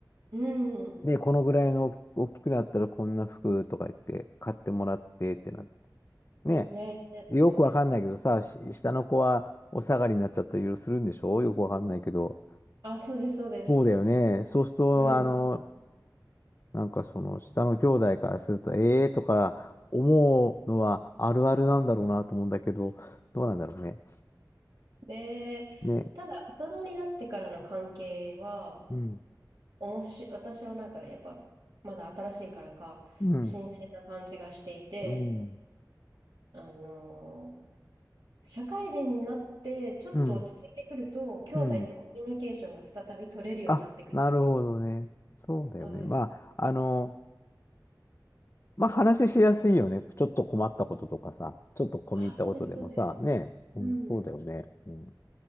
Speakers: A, on the right; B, on the left.
A: うん。
B: で、このぐらいの大きくなったらこんな服とか言って買ってもらってってなっね
A: ね、
B: え、
A: そうです。
B: よくわかんないけどさ、し下の子はお下がりになっちゃったりいろいろするんでしょよくわかんないけど。
A: あ、そうです、そうです。
B: そうだよね。
A: あの、
B: そうすると、
A: うん。
B: あの、なんかその下の兄弟からすると、ええーとか思うのはあるあるなんだろうなと思うんだけど、どうなんだろうね。
A: で、
B: ね。
A: ただ、大人になってからの関係は、
B: うん。
A: おもし、私はなんか、やっぱ、まだ新しいからか、
B: うん。
A: 新鮮な感じがしていて、
B: うん。
A: あの社会人になって、ちょっと落ち着いてくると、
B: うん。
A: 兄弟とコミュニケーションが再び取れるようになってくるんですよ。
B: うん。あ、なるほどね。そうだよね。
A: はい。
B: まあ、あの、まあ話しやすいよね。ちょっと困ったこととかさ、ちょっと込み入ったことでもさ、
A: あ、そうです、そうです。
B: ねえ、
A: うん。
B: うん、そうだよね。うん。